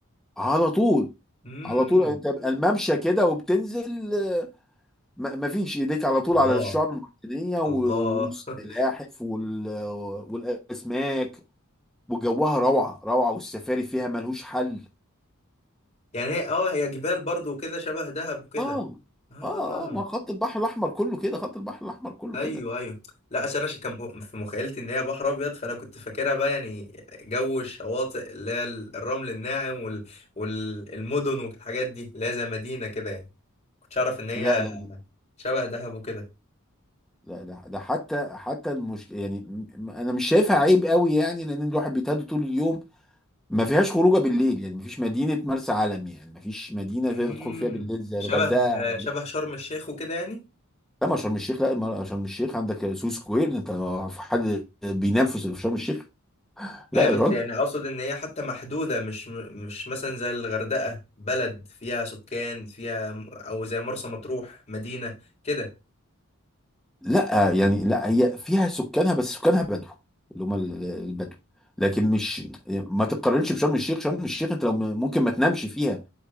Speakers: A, in the centre; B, on the left (about 30°).
A: على طول
B: امم
A: على طول يعني انت بقى الممشى كده وبتنزل آه، ما ما فيش ايديك على طول
B: الله
A: على الشعاب المرجانيه و-
B: الله
A: والسلاحف
B: <laughs>
A: وال... والاسماك وجوها روعه روعه والسفاري فيها ملهوش حل
B: يعني هي اه هي جبال برضو وكده شبه دهب وكده
A: اه
B: اه
A: اه اه ما خط البحر الاحمر كله كده خط البحر الاحمر كله
B: ايوه
A: كده
B: ايوه لا اصل انا ش- كان م- في مخيلتي ان هي بحر ابيض فانا كنت فاكرها بقى يعني جو الشواطئ اللي هي الرمل الناعم وال... والمدن والحاجات دي اللي هي زي مدينة كده يعني كنتش اعرف ان هي
A: لا لا
B: شبه دهب وكده
A: لا ده ده حتى حتى المش... يعني م- م- انا مش شايفها عيب قوي يعني لان الواحد بيتهدى طول اليوم ما فيهاش خروجه بالليل يعني ما فيش مدينه مرسى علم يعني ما فيش مدينه
B: امم
A: تقدر تدخل فيها بالليل زي الغردقه
B: شبه شبه شرم الشيخ وكده يعني
A: لا ما شرم الشيخ لا ما شرم الشيخ عندك سو سكوير انت في حد بينام في شرم الشيخ لا
B: ايوه
A: يا
B: بس
A: راجل
B: يعني اقصد ان هي حتى محدوده مش مش مثلا زي الغردقه بلد فيها سكان فيها او زي مرسى مطروح مدينه كده
A: لا يعني لا هي فيها سكانها بس سكانها بدو اللي هم ال- البدو لكن مش ما تتقارنش بشرم الشيخ شرم الشيخ انت لو م- ممكن ما تنامش فيها